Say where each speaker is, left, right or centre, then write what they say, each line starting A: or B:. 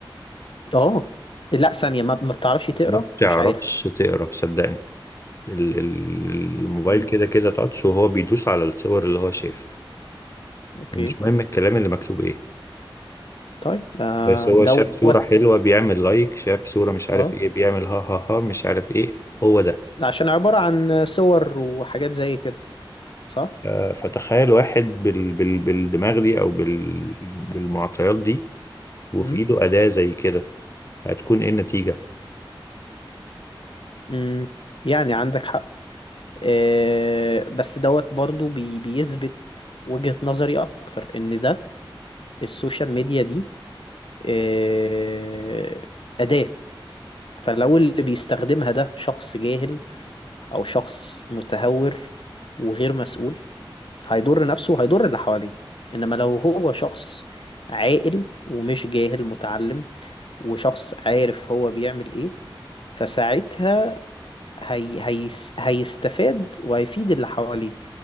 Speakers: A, on the left; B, on the left.
A: اه لا ثانيه ما ما بتعرفش تقرا
B: ما بتعرفش
A: مش عارف
B: تقرا صدقني ال- ال- الموبايل
A: امم
B: كده كده تاتش وهو بيدوس على الصور اللي هو شايفها
A: اوكي
B: ومش مهم الكلام اللي مكتوب ايه
A: طيب آه
B: بس هو
A: دوت
B: شاف صورة حلوة بيعمل لايك شاف صورة مش عارف
A: اه
B: ايه بيعمل ها ها ها مش عارف ايه هو ده
A: عشان عباره عن صور وحاجات زي كده صح
B: آه، فتخيل واحد بال بال بالدماغ دي او بال بالمعطيات دي وفي
A: امم
B: ايده أداة زي كده هتكون ايه النتيجة
A: امم يعني عندك حق آه بس دوت برضو بي بيثبت وجهة نظري اكتر ان ده السوشيال ميديا دي آه، أداة فلو اللي بيستخدمها ده شخص جاهل أو شخص متهور وغير مسؤول هيضر نفسه وهيضر اللي حواليه إنما لو هو شخص عاقل ومش جاهل متعلم وشخص عارف هو بيعمل إيه فساعتها هي هيس هيستفاد وهيفيد اللي حواليه